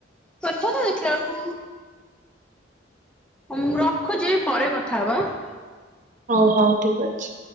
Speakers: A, in the centre; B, on the right (about 40°).
A: କରିଥା ହଁ ଦେଖିଲା ବେଳକୁ ମୁଁ ରଖୁଛି ପରେ କଥା ହବା ଆଁ।
B: ହୋଉ ହୋଉ ଠିକ୍ ଅଛି।